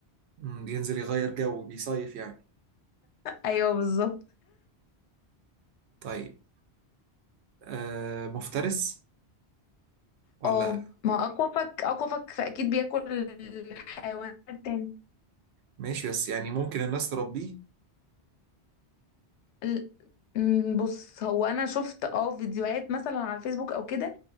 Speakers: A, on the right (about 75°); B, on the left (about 85°).
A: مم، بينزل يغير جو بيصيف يعني
B: ايوه بالظبط
A: طيب آه مفترس ولا
B: اه ما اكوافك اكوافك فاكيد بياكل الحيوانات تاني
A: ماشي بس يعني ممكن الناس تربيه
B: ال- م، بص هو انا شفت اه فيديوهات مثلا على الفيسبوك او كده